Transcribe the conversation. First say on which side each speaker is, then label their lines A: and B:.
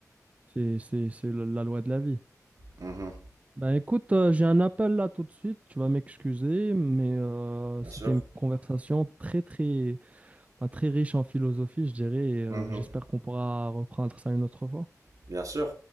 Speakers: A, on the right; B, on the right.
A: c'est, c'est, c'est le- la loi de la vie.
B: Mhm.
A: Bah, écoute, euh, j'ai un appel là tout de suite, tu vas m'excuser, mais euh,
B: Bien
A: c'était
B: sûr.
A: une conversation très, très, bah, très riche en philosophie, je dirais, et euh,
B: Mhm.
A: j'espère qu'on pourra reprendre ça une autre fois.
B: Bien sûr.